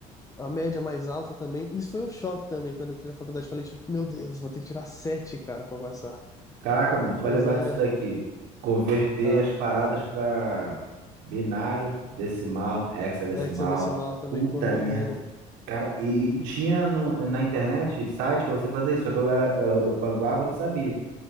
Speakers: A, on the left; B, on the right.
A: a média mais alta também. Isso foi um choque também quando eu entrei na faculdade. Falei, tipo, meu Deus, vou ter que tirar sete, cara, pra passar.
B: Caraca, mano, tu
A: Mas
B: vai lembrar
A: é.
B: disso daqui. Converter
A: Ah,
B: as paradas pra binário, decimal, hexadecimal.
A: hexadecimal também,
B: Puta
A: porra, doideira.
B: merda. Cara, e, e- e tinha no- na internet sites pra você fazer isso, só que eu era, eu, eu panguava, não sabia.